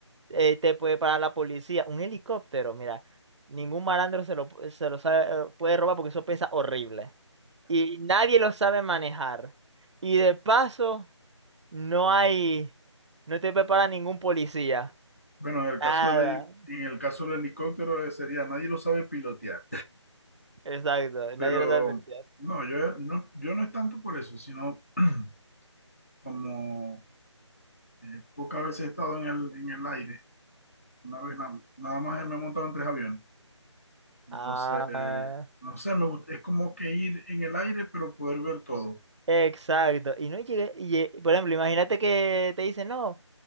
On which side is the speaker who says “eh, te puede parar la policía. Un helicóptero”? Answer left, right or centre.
Right